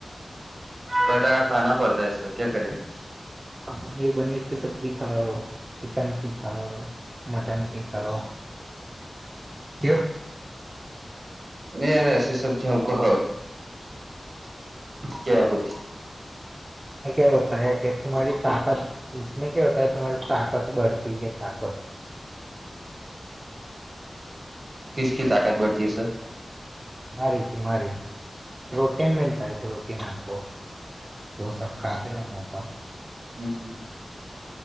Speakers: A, on the right; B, on the right.
A: બટાકા ખા પડતા એ ક્યા કરે.
B: પનીર પનીર કે સબ્જી ખા. ચિકન કે ખાો મટન કે ખાો ક.
A: યાર એસી સબ્જીમ ખ ક્યા હોતી.
B: ક હોતા હે કે તુ્રી તાકાત. મે ક હોતા તુમરી તાકત બઢતી હ તાકત.
A: કસકી તાકાત બડતી હ સર.
B: તુમ્ારી તુમ્ારી પ્રોટન મતા હ પ્રોટન આપકો. વ સબ ખાતે હોના તો.
A: હમ.